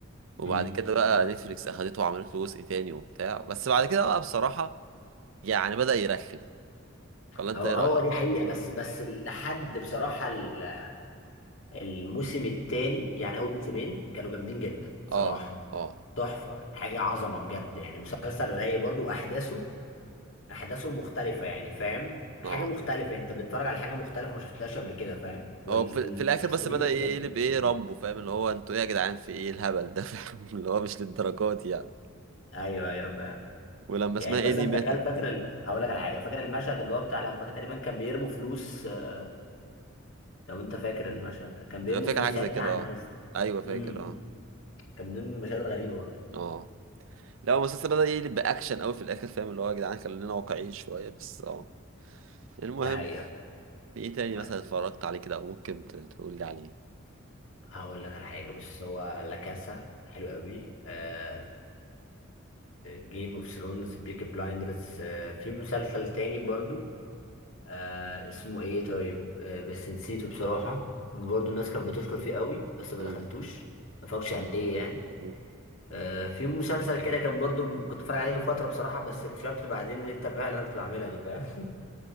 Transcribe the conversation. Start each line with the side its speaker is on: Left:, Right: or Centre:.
Right: وبعد
Left: أمم.
Right: كده بقى نتفليكس اخدته وعملت له جزء تاني وبتاع بس بعد كده بقى بصراحة يعني بدأ يرخم ولا انت
Left: هو
Right: ايه
Left: هو
Right: رأيك
Left: دي حقيقه بس بس لحد بصراحه ال- الموسم الثاني يعني اول موسمين كانوا جامدين جدا بصراحه
Right: اه اه
Left: تحفه حاجه عظمه بجد يعني مسلسل رايق برضه واحداثه احداثه مختلفه يعني فاهم حاجه
Right: اه
Left: مختلفه انت بتتفرج على حاجه مختلفه ما شفتهاش قبل كده فاهم والممثلين
Right: هو في, في الاخر بس بدأ
Left: اللي
Right: يقلب
Left: كانوا فيه جامدين
Right: ايه رامبو
Left: أوي.
Right: فاهم اللي هو انتوا ايه يا جدعان في ايه الهبل ده <laughs> فاهم اللي هو مش للدرجات دي يعني
Left: ايوه ايوه فاهم
Right: ولما اسمها
Left: يعني مثلا
Right: ايه دي ماتت
Left: تخيل فاكر ال... هقول لك على حاجه فاكر المشهد اللي هو بتاع لما كان تقريبا كان بيرموا فلوس آه، لو انت فاكر المشهد ده كان بيرموا
Right: تبقى فاكر
Left: فلوس
Right: حاجه
Left: ساعتها
Right: زي كده
Left: على
Right: اه
Left: الناس
Right: ايوه فاكر
Left: امم امم.
Right: اه
Left: كان من ضمن المشاهد الغريبه برضه
Right: اه لا هو المسلسل بدأ يقلب باكشن قوي في الاخر فاهم اللي هو يا جدعان خلينا واقعيين شويه بس اه المهم
Left: ده حقيقه فاهم
Right: في ايه تاني
Left: المهم
Right: مثلا اتفرجت عليه كده او ممكن ت- تقول لي عليه
Left: هقول لك على حاجه بص هو لا كاسا حلو قوي آه جيم اوف ثرونز بيكي بلايندرز في مسلسل تاني برضو آه اسمه ايه طيب آه بس نسيته بصراحة برضو الناس كانت بتشكر فيه قوي بس ما
Right: امم
Left: دخلتوش ما فاقش عليه يعني
Right: امم
Left: آه في مسلسل كده كان برضو كنت بتفرج عليه فترة بصراحة بس اكتشفت بعدين ان انت فعلا انا كنت بعملها دي فاهم <laughs>